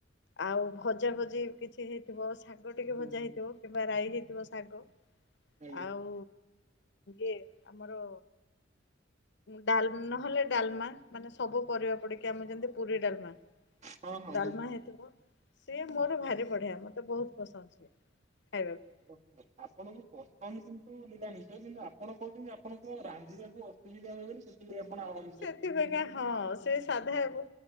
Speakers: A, on the left; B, on the right.
A: ଆଉ ଭଜା ଭଜି କିଛି ସେ ହେଇଥିବ ଶଙ୍ଗ ଟିକେ
B: ହୁଁ
A: ଭଜା
B: ହୁଁ।
A: ହେଇଥିବ କିମ୍ବା ରାଇ ହେଇଥିବ ଶାଗ
B: ଆଜ୍ଞା
A: ଆଉ ଇଏ ଆମର ଡା ନହେଲେ ଡାଲମା ମାନେ ସବୁ ପରିବା ପଡିକି ଆମେ ଯେମିତି ପୁରୀ ଡାଲମା
B: ହଁ ହଁ
A: ଡାଲମା
B: ବୁଝିଲି।
A: ହେଇଥିବ ସିଏ
B: ଆଜ୍ଞା।
A: ମୋର ଭାରି ବଢିଆ ମତେ ବହୁତ ବସଛି ଖାଇବାକୁ
B: ଓହୋ ଆପଣଙ୍କୁ ସଷ୍ଟନ କିନ୍ତୁ ନିିଲାମିଷ କିନ୍ତୁ ଆପଣ କହୁଛନ୍ତି ଆପଣ ତ ରାନ୍ଧିବାକୁ <inaudible> ତମି ଦେହ ବୋଲି <inaudible> କେେପଣ <inaudible>
A: ସେଥିପାଇଁକା ହଁ ସେ ସାଧା ହେବ।